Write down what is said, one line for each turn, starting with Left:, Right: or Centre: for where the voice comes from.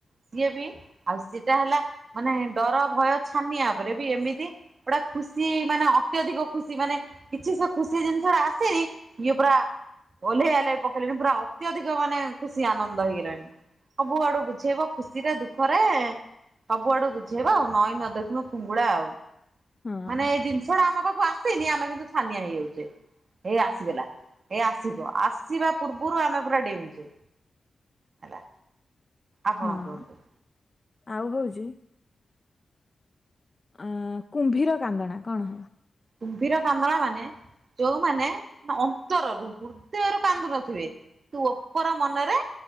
Right: ସିଏ ବି ଆଉ ସେଟା ହେଲା ମାନେ ଡର ଭୟ ଛାନିଆ ଉପରେ ବି ଏମିତି ଗୋଟା ଖୁସି ମାନେ ଅତ୍ୟଧିକ ଖୁସି ମାନେ କିଛି ସେ ଖୁସି ଜିନିଷ ଟା ଆସେନି ଇଏ ପୁରା ଓହ୍ଲେଇ ଆହ୍ଲେଇ ପକେଇଲେଣି ପୁରା ଅତ୍ୟଧିକ ମାନେ ଖୁସି ଆନନ୍ଦ ହେଇଗଲାଣି ସବୁ ଆଡୁ ବୁଝେଇବ। ଖୁସିରେ ଦୁଃଖରେ ସବୁ ଆଡୁ ବୁଝେଇବା ଆଉ ନଈ ନ ଦେଖୁଣୁ ଫୁଙ୍ଗୁଡା ଆଉ।
Left: ହଁ।
Right: ମାନେ ଏ ଜିନିଷଟା ଆମ ପାଖକୁ ଆସେନି ଆମେ କିନ୍ତୁ ଛାନିଆ ହେଇଯାଉଛେ ହେଇ ଆସିଗଲା। ଏ ଆସିବ ଆସିବା ପୂର୍ବରୁ ଆମେ ପୁରା ଡେଉଁଛେ। ହେଲା ଆପଣ
Left: ହଁ
Right: କୁହନ୍ତୁ।
Left: ଆଉ ହୋଉଚି ଅଁ କୁମ୍ଭୀର କାନ୍ଦଣା କଣ?
Right: କୁମ୍ଭୀର କାନ୍ଦଣା ମାନେ ଯୋଉମାନେ ଅନ୍ତରରୁ ହୃଦୟରୁ କାନ୍ଦୁ ନଥିବେ। ତୁ ଅପୋର ମନରେ